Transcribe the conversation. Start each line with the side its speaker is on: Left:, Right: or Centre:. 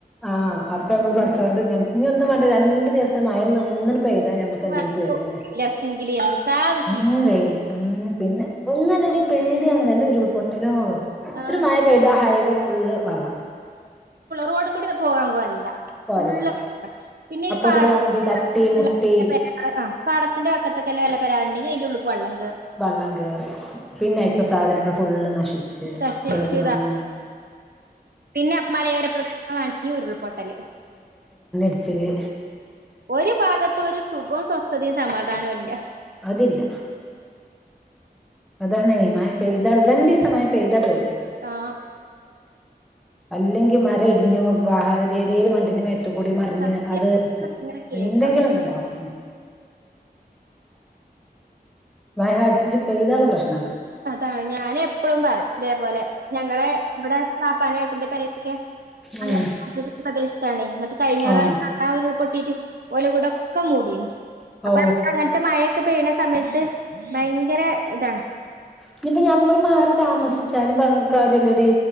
Centre: ആഹ് അപ്പൊ നമ്മള് പടച്ചോനോട് ഇങ്ങ ഇനി ഒന്നും വേണ്ട രണ്ടു ദിവസം മയൊന്ന് നിന്ന് പെയ്താ ഞമ്മക്ക് എന്തും
Right: പറ
Centre: പേടിയണ്
Right: ഇലർച്ചെങ്കില് എന്ത്ത്താ അത് ചെയ്യ
Centre: ഉം വെയിൽ ഉം പിന്നെ ഒന്നല്ലടി പേടിയാണ് വല്ല ഉരുൾപൊട്ടലോ
Right: ആഹ്
Centre: ഒരു മയ പെയ്താ ഹൈവേ ഫുള്ള് വള്ളാണ്
Right: റോഡി കൂടി പോകാൻ പാടില്ല
Centre: കോലല്ല
Right: ഫുള്ള് പിന്നെരു
Centre: അപ്പോത്തിന്
Right: പാട
Centre: വണ്ടി തട്ടി
Right: <unintelligible>
Centre: മുട്ടി
Right: ആഹ് പടത്തിന്റെ വക്കത്തൊക്കെല്ല വല്ല ഗ്രൗണ്ട്ണ്ടി അതിന്റെ ഉള്ളക്ക് വള്ളം
Centre: വെള്ളം കേറി പിന്നെ ഇപ്പോ സാധനങ്ങൾ ഫുള്ള് നശിച്ച്
Right: നശിച്ചുതാ
Centre: കേടു വന്ന്
Right: പിന്നെ മാലയോര പ്രദേശങ്ങൾ <unintelligible> ഉരുൾപൊട്ടല്
Centre: ച്ച്ന്
Right: ഒരു ഭാഗത്തു ഒരു സുഖവും സ്വസ്ഥതയും സമാധാനൊവില്ല <inaudible>
Centre: അതില്ല അതാണ് മയ പെയ്താ രണ്ട് ദിവസം മയ പെയ്താ തി
Right: ആഹ്
Centre: അല്ലെങ്കിൽ മരം ഇടിഞ്ഞു വഹാവ് വിധിയിൽ വണ്ടിന് മേ ത്തുകൂടി മറിഞ്ഞ്
Right: സത്യം
Centre: അത്
Right: ഇങ്ങനെ കേക്കാം
Centre: എന്തെങ്കിലും ഒന്ന് ഉണ്ടാവും മയ അടുപ്പിച്ച് പെയ്താള്ള പ്രശ്
Right: അതാണ് ഞാന് എപ്പഴും പറയും അതേപോലെ ഞങ്ങളെ ഇവിടെ കാപ്പാന ഏട്ടന്റെ പേരെക്കെ നല്ല
Centre: ഉം
Right: പ്രദേശത്തണെ മറ്റെ കഴിഞ്ഞാറാ
Centre: ആഹ്
Right: പൊട്ടിട്ട് ഓല വിടോകക്കെ മൂടിന് അപ്പൊങ്ങനത്തെ
Centre: ഓ
Right: മഴയോ ക്കെ പെയ്യണ സമയത്ത് ഭയങ്കര ഇതാണ്
Centre: ഇനിപ്പ ഞമ്മൾ മാറി താമസി ച്ചലും പറഞ്ഞ കാര്യല്ലോടി